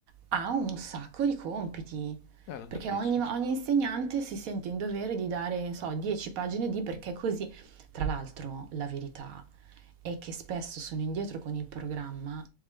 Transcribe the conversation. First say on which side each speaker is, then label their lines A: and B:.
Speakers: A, on the right; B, on the left.
A: ha un sacco di compiti,
B: Ah, lo capisco.
A: perché ogni, ogni insegnante si sente in dovere di dare, non so, 10 pagine di perché così. Tra l'altro, la verità è che spesso sono indietro con il programma